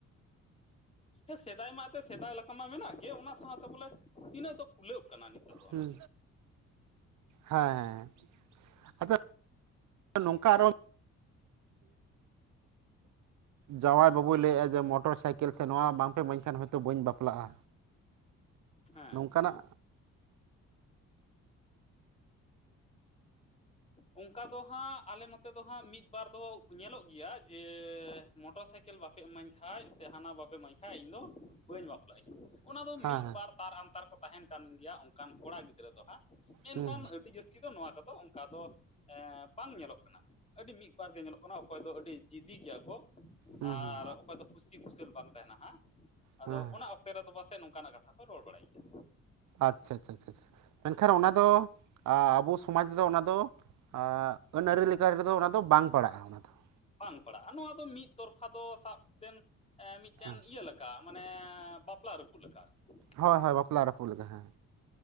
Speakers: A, on the left (about 20°); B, on the right (about 75°).
A: ᱦᱮ ᱥᱮᱫᱟᱭ ᱢᱟ ᱥᱮᱫᱟᱭ ᱞᱮᱠᱟ ᱢᱟ ᱢᱮᱱᱟᱜ ᱜᱮ ᱚᱱᱟ ᱥᱟᱶᱛᱮ ᱵᱚᱞᱮ ᱛᱤᱱᱟᱹᱜ ᱫᱚ ᱠᱩᱞᱟᱹᱜ ᱠᱟᱱᱟ ᱱᱤᱛᱚᱜ ᱫᱚ
B: ᱦᱮᱸ
A: ᱚᱱᱟ
B: ᱦᱮᱸ ᱦᱮᱸ ᱟᱪᱪᱷᱟ ᱱᱚᱝᱠᱟ ᱟᱨᱚ ᱡᱟᱶᱟᱭ ᱵᱟᱵᱩᱭ ᱞᱟᱹᱭᱮᱫᱼᱟ ᱡᱮ ᱢᱚᱴᱚᱨ ᱥᱟᱭᱠᱮᱞ ᱥᱮ ᱱᱚᱣᱟ ᱵᱟᱝ ᱯᱮ ᱤᱢᱟᱹᱧ ᱠᱷᱟᱱ ᱦᱚᱭᱛᱚ ᱵᱟᱹᱧ ᱵᱟᱯ ᱵᱟᱯᱞᱟᱜᱼᱟ
A: ᱦᱮᱸ
B: ᱱᱚᱝᱠᱟᱱᱟᱜ
A: ᱚᱱᱠᱟ ᱫᱚ ᱦᱟᱸᱜ ᱟᱞᱮ ᱱᱚᱛᱮ ᱫᱚ ᱦᱟᱸᱜ ᱢᱤᱫ ᱵᱟᱨ ᱫᱚ ᱧᱮᱞᱚᱜ ᱜᱮᱭᱟ ᱡᱮ ᱢᱚᱴᱚᱨ ᱥᱟᱭᱠᱮᱞ ᱵᱟᱠᱷ ᱯᱮ ᱤᱢᱟᱹᱧ ᱠᱷᱟᱡ ᱥᱮ ᱦᱟᱱᱟ ᱵᱟᱯ ᱢᱟᱹᱧ ᱠᱷᱟᱡ ᱤᱧ ᱫᱚ ᱵᱟᱹᱧ ᱵᱟᱯᱞᱟᱜᱟᱹᱧ ᱚᱱᱟ ᱫᱚ
B: ᱦᱮᱸ
A: ᱢᱤᱫ ᱵᱟᱨ ᱛᱟᱨ ᱟᱱᱛᱟᱨ ᱠᱚ ᱛᱟᱦᱮᱱ ᱠᱟᱱ ᱜᱮᱭᱟ ᱚᱱᱠᱟᱱ ᱠᱚᱲᱟ ᱜᱤᱫᱽ ᱜᱤᱫᱽᱨᱟᱹ ᱫᱚ ᱦᱟᱸᱜ ᱢᱮᱱᱠᱷᱟᱱ
B: ᱦᱮᱸ
A: ᱟᱹᱰᱤ ᱡᱟᱹᱥᱛᱤ ᱫᱚ ᱱᱚᱣᱟ ᱠᱚᱫᱚ ᱚᱱᱠᱟ ᱫᱚ ᱵᱟᱝ ᱧᱮᱞᱚᱜ ᱠᱟᱱᱟ᱾ ᱟᱹᱰᱤ ᱢᱤᱫ ᱵᱟᱨ ᱜᱮ ᱧᱮᱞᱚᱜ ᱠᱟᱱᱟ ᱚᱠᱚᱭ ᱫᱚ ᱟᱹᱰᱤ ᱡᱤᱫᱤ ᱜᱮᱭᱟ ᱠᱚ
B: ᱦᱮᱸ
A: ᱟᱨ,
B: ᱦᱮᱸ
A: ᱚᱠᱚᱭ ᱫᱚ ᱠᱩᱥᱤ ᱠᱩᱥᱟᱹᱞ ᱵᱟᱝ ᱛᱟᱦᱮᱱᱟ ᱦᱟᱸᱜ ᱟᱫᱚ
B: ᱦᱮᱸ
A: ᱚᱱᱟ ᱚᱠᱛᱮ ᱨᱮᱫᱚ ᱯᱟᱥᱮᱡ ᱱᱚᱝᱠᱟᱱᱟᱜ ᱠᱟᱛᱷᱟ ᱠᱚ ᱨᱚᱲ ᱵᱟᱲᱟᱭ ᱜᱮᱭᱟ᱾
B: ᱟᱪᱪᱷᱟ ᱟᱪᱪᱷᱟ ᱪᱷᱟ ᱢᱮᱱᱠᱷᱟᱱ ᱚᱱᱟ ᱫᱚ ᱟᱵᱚ ᱥᱚᱢᱟᱡᱽ ᱨᱮᱫᱚ ᱚᱱᱟ ᱫᱚ ᱟ ᱟᱹᱱ ᱟᱹᱨᱤ ᱞᱮᱠᱟ ᱨᱮᱫᱚ ᱚᱱᱟᱫᱚ ᱵᱟᱝ ᱯᱟᱲᱟᱜᱼᱟ <unintelligible>
A: ᱵᱟᱝ ᱯᱟᱲᱟᱜᱼᱟ ᱱᱚᱣᱟ ᱫᱚ ᱢᱤᱫ ᱛᱚᱨᱯᱷᱟ ᱫᱚ ᱥᱟᱵ ᱵᱮᱱ ᱢᱤᱫᱴᱮᱱ
B: ᱦᱮᱸ
A: ᱤᱭᱟᱹ ᱞᱮᱠᱟ ᱢᱟᱱᱮ ᱵᱟᱯᱞᱟ ᱨᱟᱹᱯᱩᱫ ᱞᱮᱠᱟ ᱾
B: ᱦᱳᱭ ᱦᱳᱭ ᱵᱟᱯᱞᱟ ᱨᱟᱹᱯᱩᱫ ᱞᱮᱠᱟ ᱦᱮᱸ᱾